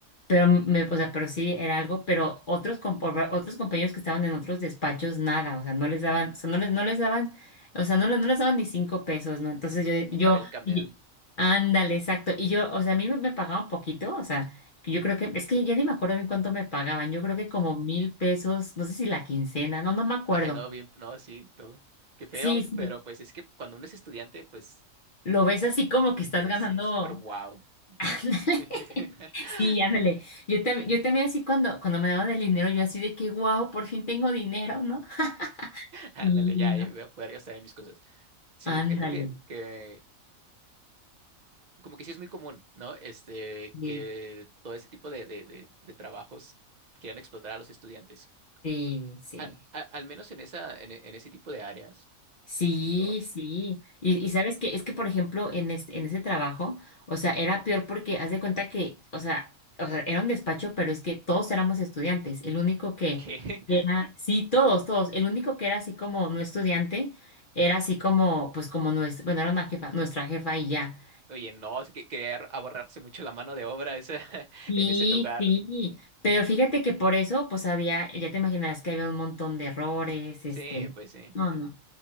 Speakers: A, on the left; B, on the right.
A: Pero me, o sea, pero sí era algo, pero otros, com- por- otros compañeros que estaban en otros despachos, nada, o sea, no les daban, o sea, no les, no les daban, o sea, no les, no les daban ni cinco pesos, ¿no? Entonces
B: ni
A: yo,
B: para
A: yo,
B: el camión.
A: oye, ándale, exacto. Y yo, o sea, a mí me, me pagaban poquito, o sea, yo creo que, es que ya ni me acuerdo bien cuánto me pagaban, yo creo que como mil pesos, no sé si la quincena, no, no me acuerdo.
B: Ay, no, bien, no, sí, todo. Qué feo,
A: Sí, sí,
B: pero pues es que cuando uno es estudiante, pues
A: lo ves así como que estás
B: eh,
A: ganando.
B: sí, súper wow.
A: <laughs>
B: Sí. <laughs>
A: Sí, ándale. Yo, tam- yo también así cuando, cuando me daban el dinero, yo así de que, wow, por fin tengo dinero, ¿no? <laughs>
B: Ándale,
A: Sí, no.
B: ya, eh, voy a poder gastar en mis cosas. Sí,
A: Ándale.
B: fíjate que, que como que sí es muy común, ¿no? Este,
A: Sí,
B: que todo ese tipo de, de, de, de trabajos quieran explotar a los estudiantes.
A: sí, sí.
B: A- a- al menos en esa, en, e- en ese tipo de áreas,
A: Sí,
B: por ejemplo,
A: sí. Y, y sabes que es que, por ejemplo,
B: mm,
A: en este, en ese trabajo, o sea, era peor porque haz de cuenta que, o sea, o sea, era un despacho, pero es que todos éramos estudiantes. El único que
B: que, <laughs>
A: era, sí, todos, todos. El único que era así como no estudiante, era así como, pues como nuestra, bueno, era una jefa, nuestra jefa y ya.
B: oye, no, es que quería ahorrarse mucho la mano de obra esa, <laughs>
A: Sí,
B: en ese lugar.
A: sí, pero fíjate que por eso, pues había, ya te imaginarás que había un montón de errores,
B: Sí,
A: este,
B: pues sí.
A: no, no,